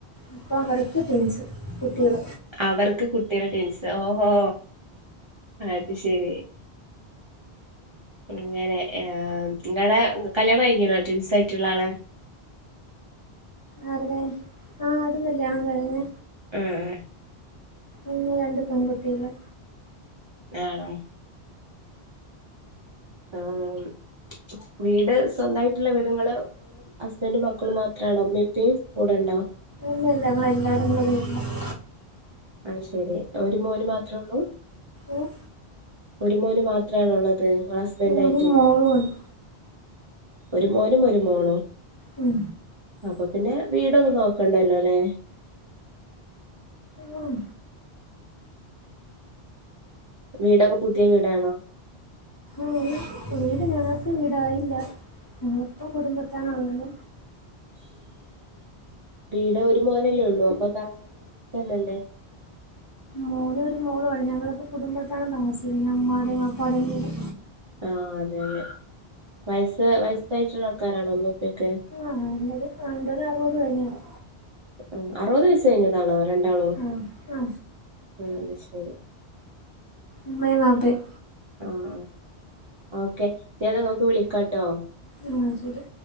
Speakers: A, on the left; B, on the right.
A: അപ്പ അവർക്ക് ട്വിൻസ് കുട്ടികൾ
B: അവർക്ക് കുട്ടികൾ ട്വിൻസ് ഓഹോ അത് ശരി അങ്ങനെ ഏഹ് നിങ്ങളുടെ കല്യാണം കഴിഞ്ഞിണോ ട്വിൻസ് ആയിട്ടുള്ള ആളെ
A: ആരുടെ ആഹ് അതും കല്യാണം കഴിഞ്‌
B: ഉം
A: ഉണ്ട് രണ്ട് പെൺകുട്ടികള്
B: വേണം ആഹ് വീട് സ്വന്തായിട്ടുള്ള വീട്ങ്ങള് ഹസ്ബൻഡും മക്കളും മാത്രാണോ ഇമ്മീം ഇപ്പിം കൂടെണ്ടോ
A: അല്ല അല്ല അങ്ങൾ എല്ലാരും കൂടെ ഒരു വീട്ടില
B: അഹ് ശരി ഒരു മോന് മാത്രേ ഉള്ളൂ
A: ഉം
B: ഒരു മോന് മാത്രാണോള്ളത് നിങ്ങളെ ഹസ്ബന്റ്
A: മോനും
B: ആയിട്ട്
A: മോളും ഉണ്ട്
B: ഒരു മോനും ഒരു മോളോ
A: ഉം
B: അപ്പൊ പിന്നെ വീടൊന്നും നോക്കണ്ടല്ലോ അല്ലേ
A: ഉം.
B: വീടൊക്കെ പുതിയ വീടാണോ?
A: ആഹ് വീട് ഞങ്ങൾക്ക് വീടായില്ല ഞങ്ങളിപ്പം കുടുംബത്താണ് ഉള്ളത്
B: വീട് ഒരു മോനല്ലേ ഉള്ളൂ അപ്പൊ തറവാട് <unintelligible> ക്കല്ലല്ലേ
A: മോനും ഒരു മോളു ആണ് ഞങ്ങളിപ്പോ കുടുംബത്താണ് താമസിക്കുന്നത് ഉമ്മാടേയും വാപ്പാടേയും കൂടെ
B: ആഹ് അതെ അതെ വയസ് വയസ്സായിട്ടുള്ള ആൾക്കാരാണോ ഉമ്മീം ഉപ്പി ഒക്കെ?
A: ആഹ് നല്ലത് രണ്ടു പേരും അറുപത് കഴിഞ്ഞതാ
B: ഉം അറുപത് വയസ്സ് കഴിഞ്ഞതാണോ രണ്ടാളും
A: ആ ആ
B: ഉം അത് ശരി
A: ഉമ്മയും വാപ്പയും
B: ആണോ ഓക്കെ പിന്നെ ഏതായാലും ഇങ്ങക്ക് വിളിക്കാട്ടോ
A: ആഹ് ശരി.